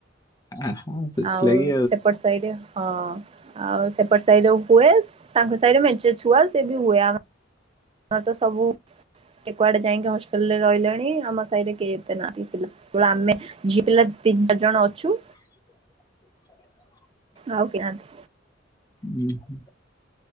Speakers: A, on the left; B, on the right.
A: ଆହା ସେଥିଲାଗି
B: ଆଉ ସେପଟ ସାଇରେ ହଁ ଆଉ ସେପଟ ସାଇଡ ହୁଏ ତାଙ୍କ ସାଇଡ ମ ଛୁଆ ସେ ବି ହୁଏ ଆମ ଆର ତ ସବୁ କୁଆଡେ ଯାଇକି ହସ୍ପିଟାଲରେ ରହିଲେଣି ଆମ ସାହିରେ କେହି ଏତେ ନାନ୍ତିା ଆମେ ି ପିଲା ତିନି ଚାରି ଜଣ ଅଛୁ
A: <inaudible>
B: ଆଉକନ୍ତି
A: ହୁଁ ହ